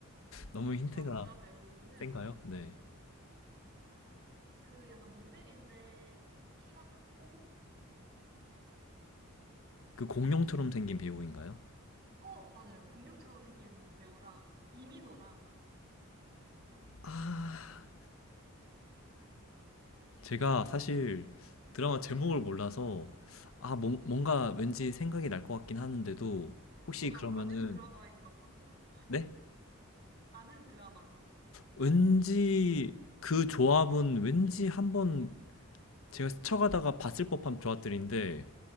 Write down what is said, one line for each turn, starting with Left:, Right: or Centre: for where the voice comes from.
Left: 너무 힌트가
Right: 남자 배우는
Left: 센가요? 네.
Right: 아, 그 약간 모델인데 키가 크고 음, 잠시만요.
Left: 그 공룡처럼 생긴 배우인가요?
Right: 어, 맞아요. 공룡처럼 생긴 배우랑 이민호랑
Left: 아, 제가 사실 드라마 제목을 몰라서, 아, 뭔- 뭔가 왠지 생각이 날 것 같긴 하는데도, 혹시
Right: 뭔가
Left: 그러면은,
Right: 아는 드라마인 건 맞죠?
Left: 네?
Right: 아는 드라마죠.
Left: 왠지 그 조합은 왠지 한번 제가 스쳐가다가 봤을 법한 조합들인데,